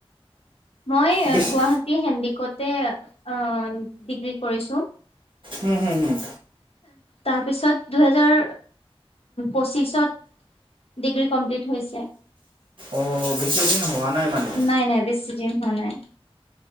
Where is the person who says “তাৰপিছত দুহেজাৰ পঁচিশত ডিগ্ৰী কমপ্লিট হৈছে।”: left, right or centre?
Left